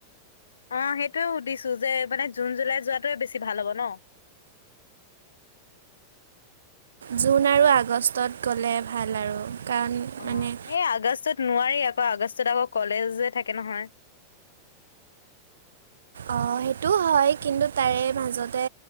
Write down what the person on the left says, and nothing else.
অঁ সেইটোয়ে সুধিছো, যে মানে জুন জুলাই যোৱাটোৱে বেছি ভাল হব ন।
অঁ,
এই আগষ্টত নোৱাৰি আকৌ আগষ্টত আকৌ কলেজে থাকে নহয়।